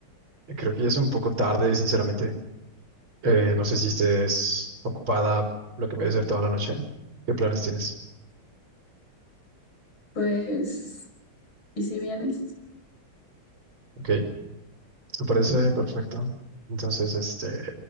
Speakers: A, on the right (about 75°); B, on the left (about 70°).
A: creo que ya es un poco tarde, sinceramente. Eh, no sé si estés ocupada lo que voy a hacer toda la noche. ¿Qué planes tienes?
B: Pues, ¿y si vienes?
A: Ok, me parece perfecto. Entonces, este,